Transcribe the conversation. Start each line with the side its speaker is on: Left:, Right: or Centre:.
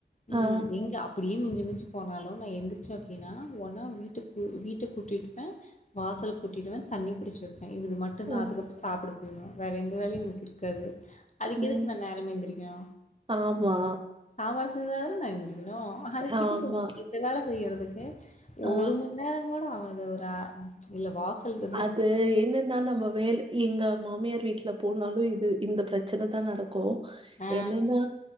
Left: ம்
Right: ஆ
Left: எங்க அப்டியே மிஞ்சி மிஞ்சி போனாலு நா எந்துருச்சே அப்டின்னா ஒன்னா வீ ட்ட கூ வீட்ட கூட்டிடுவே வாசல் கூட்டிடுவே தண்ணி புடுச்சு வப்பே இதுகு மட் ட்டுந்தா
Right: ம்
Left: அதுக்கப்பறோ சாப்ட போயிருவே வேற எந்த வேலயு எனக் இருக்காது அதுக்கு
Right: ம்
Left: எதுக்கு நா நேரமே எந்திரிக்கனு
Right: ஆமா
Left: சாப்பாடு செய்ய தான நா எந்திரிக்கனு அதுக்கு
Right: ஆமா
Left: எதுக்கு இந்த வேல செய்யறதுக்கு ஒரு
Right: ஆ
Left: மணி நேரங் கூட ஆவாது ஒரு அ இல்ல வாசல்ல
Right: அது என்னனா நம்ம வேல எங்க மாமியார் வீட்ல போனாலு இது இந்தப் பிரச்சன தா நடக்கு
Left: ஆ
Right: என்னனா